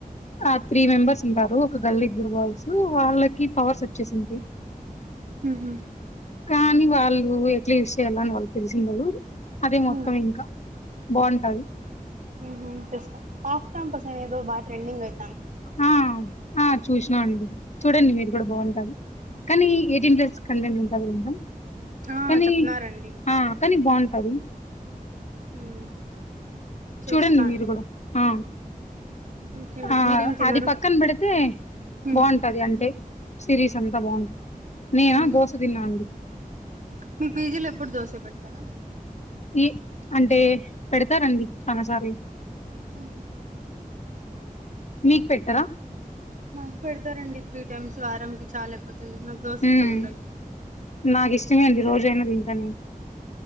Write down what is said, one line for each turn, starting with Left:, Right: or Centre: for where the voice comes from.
Left: ఆ త్రీ మెంబెర్స్ ఉంటారు. ఒక గర్ల్ ఇద్దరు బాయ్స్ వాళ్ళకి పవర్స్ వచ్చేసింటాయ్.
Right: మ్హు
Left: కానీ వాళ్ళు ఎట్లా యూస్ చేయ్యాల అని వాళ్ళకి తెలిసిండదు. అదే మొత్తం
Right: మ్మ్.
Left: ఇంక. బాంటది.
Right: మ్హు చూస్త. ఆఫ్ క్యాంపస్ అనేదో బా ట్రెండింగ్ అయి
Left: ఆ ఆ చూసినా అండి. చూడండి మీరు. అది కూడ బాంటది. కానీ ఎయిటీన్ ప్లస్ కంటెంట్ ఉంటది మేడం.
Right: ఆ,
Left: కానీ
Right: చెప్తున్నారండి
Left: ఆ, కానీ బాంటది.
Right: మ్మ్. చూస్తా
Left: చూడండి
Right: అండి
Left: మీరు కూడ. ఆ.
Right: ఇంకేమండి
Left: ఆ
Right: మీరేం తిన్నారు
Left: అది పక్కన పెడితే
Right: మ్మ్.
Left: బాంటది. అంటే, సిరీస్ అంతా బాగుంది. నేన
Right: మ్మ్.
Left: దోస తిన్నా అండి.
Right: మీ పీజీలో ఎప్పుడు దోసే పెడతారా?
Left: ఇ అంటే పెడతారండి. చాన సార్లు.
Right: హ
Left: మీక్ పెట్టరా?
Right: మాకు పెడతారండి త్రీ టైమ్స్ వారంకి చాలయిపో తుంది నాక్ దోస ఇష్టముండదు.
Left: ఉమ్ నాకు ఇష్టమే అండి రోజైనా తింటా నేను